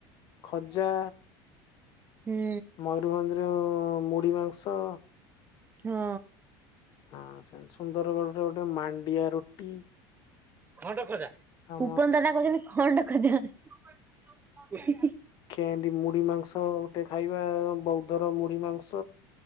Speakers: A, on the left; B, on the right.
A: ଖଜା।
B: ହୁଁ
A: ମୟୂରଭଞ୍ଜର ମୁଢ଼ିମାଂସ।
B: ହଁ।
A: ହଁ ସେମିତି ସୁନ୍ଦରଗଡରେ ଗୋଟେ ମାଣ୍ଡିଆ ରୁଟି।
B: ଖଣ୍ଡ ଖଜା
A: ଆମ
B: ଉପନ ଦାଦା କହୁଚନ୍ତି ଖଣ୍ଡ ଖଜା।
A: କେନ୍ତି ମୁଢି ମାଂସ ଗୋଟେ ଖାଇବା ବୌଦ୍ଧର ମୁଢି ମାଂସ।